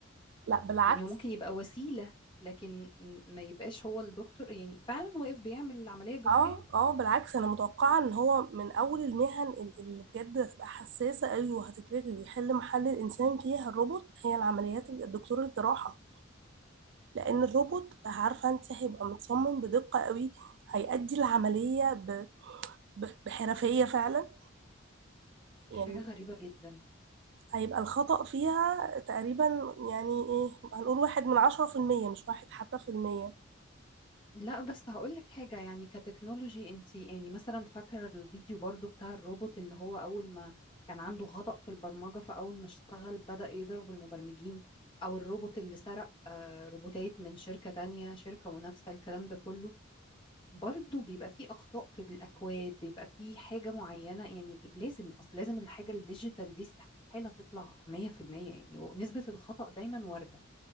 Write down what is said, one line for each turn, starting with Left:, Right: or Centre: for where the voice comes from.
Right: لا بالعكس
Left: يعني هو ممكن يبقى وسيلة لكن م- ما يبقاش هو الدكتور يعني فعلا واقف بيعمل العملية الجراحية
Right: اه اه بالعكس انا متوقعة ان هو من اول المهن ال- اللي بجد هتبقى حساسة قوي وهتتلغي ويحل محل الانسان فيها الروبوت هي العمليات الدكتور الجراحة لان الروبوت عارفة انت هيبقى متصمم بدقة قوي هيأدي العملية ب- ب- بحرفية فعلا
Left: دي حاجة
Right: يعني
Left: غريبة جدا
Right: هيبقى الخطأ فيها تقريبا يعني ايه هنقول واحد من عشرة في المية مش واحد حتى في المية
Left: لا بس هقولك حاجة يعني كتكنولوجي انتي يعني مثلا فاكرة الفيديو برضو بتاع الروبوت اللي هو أول ما كان عنده خطأ في البرمجة فأول ما اشتغل بدأ يضرب المبرمجين أو الروبوت اللي سرق آه، روبوتات من شركة تانية شركة منافسة الكلام ده كله برضو بيبقى فيه أخطاء في الأكواد بيبقى فيه حاجة معينة يعني لازم أصل لازم الحاجة الديجيتال دي استحالة تطلع 100% يعني ونسبة الخطأ دايما واردة